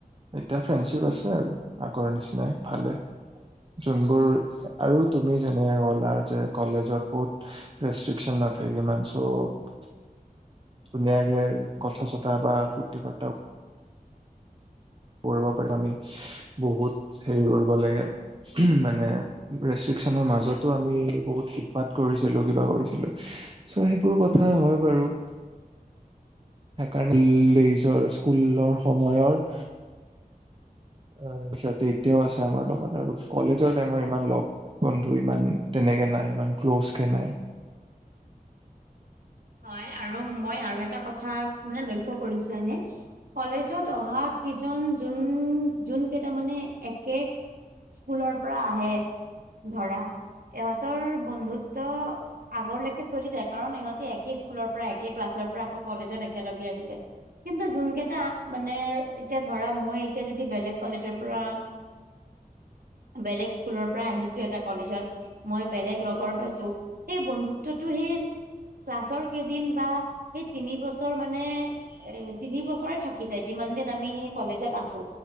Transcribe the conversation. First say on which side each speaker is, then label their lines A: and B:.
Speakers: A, on the right (about 35°); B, on the right (about 70°).
A: এতিয়া ফ্ৰেণ্ডশ্বিপ আছে আৰু আগৰ নিচিনাই ভালে। যোনবোৰ আৰু তুমি যেনেক কলা যে কলেজত বহুত। ৰেষ্ট্ৰিকশন নাথাই কিমান চপ ধুনীয়াকে কথা চথা বা ফূৰ্তি ফাৰ্তা কৰিব পাৰো আমি বহুত হেৰি কৰিব লাগে মানে ৰেষ্ট্ৰিকচনৰ মাজতো আমি বহুত শিপাত কৰিছিলো কিবা কৰিছিলো চ সেইবোৰ কথা হয় বাৰু সেইকাৰণে লেইচৰ স্কুলৰ সময়ৰ
B: <inaudible>
A: অ সিহঁতে এতিয়াও আছে আমাৰ লগত আৰু কলেজৰ টাইমৰ ইমান লগ বন্ধু ইমান তেনেকে নাই ইমান ক্ল'জ কে নাই
B: হয় আৰু মই আৰু এটা কথা মানে লক্ষ্য কৰিছো এনে কলেজত অহা কিজন যোন যোন কেইটা মানে একে স্কুলৰ পৰা আহে ধৰা ইহঁতৰ বন্ধুত ত আগৰলৈকে চলি যায় কাৰণ ইহঁতি একে স্কুলৰ পৰা একে ক্লাছৰ পৰা আকৌ কলেজত একেলগে আহিছে কিন্তু যোন কেইটা মানে এতিয়া ধৰা মই এতিয়া যদি বেলেগ কলেজৰ পৰা বেলেগ স্কুলৰ পৰা আহিছো এটা কলেজত মই বেলেগ লগৰ পাইছো সেই বন্ধুত্বটো সেই ক্লাছৰ কেইদিন বা সেই তিনবছৰ মানে এ তিনি বছৰে থাকি যায় যিমান দিন আমি সেই কলেজত আছো